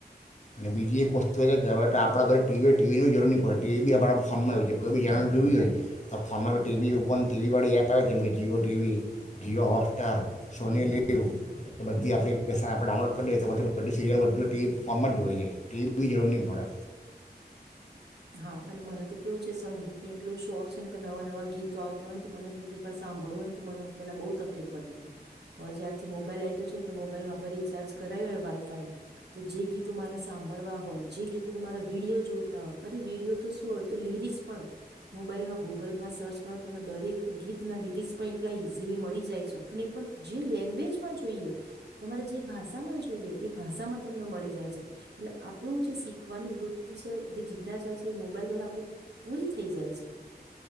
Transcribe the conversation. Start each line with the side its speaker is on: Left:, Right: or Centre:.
Left: બીજી એક વસ્તુ એ છે કે હ આપણા ઘરે ટીવી ટીવીની જરૂર નહીં પડે ટીવી આપણા ફોનમાં હોય છે કોઈ બી ચેનલ જોવી હોય તો ફોનમાં બ ટીવી ઉપન ટીવીવાળી એપ આવે જેમ કે Jio TV Jio Hotstar Sony
Right: હું
Left: લીવ બધી આપ ક ડાઉનલોડ કરીએ તો પછી બ સીરલ બધું એ પી ફોર્મ જ જોઈ ગઈ ટીવીની જરૂર નહી પડે
Right: હા અને મને તો કેવું છે સંગીતનો એટલોું શોખ છે ને કે નવા નવા ગીતો આવતા હોય ને તો મને કેટલીક વાર સાંભળવું હોય તો મને પેલા બહુ તકલીફ પડતી હતી હવે જ્યારથી મોબાઈલ આવી ગયો છે ને એટલે મોબાઈલ નું આપણે રીચાર્જ કરાવી હોય વાઈફાઈ ન તો જે ગીતો મારે સાંભળવા હોય જે ગીતોને મારા વિડીિયો જોઈતા હોય અરે વિડીિયો તો શું હોય તો લિર્સ પણ મોબાઈલમાં ગૂગલમાં સર્ચ મા તમને દરેક ગીત ના લિરિક્સ પણ એટલા ઈઝીલી મળી જાય છે અને પણ જે લેંગ્વેજમાં જોઈએ તમારે જે ભાષામાં જોઈએ એ ભાષામાં તમને મળી જાય છે એટલે આપણું જે શીખવાની વૃત્તિ છે જે અઞ છે એ મોબાઈલ દ્વારા આપડી પૂરી થઈ જાય છે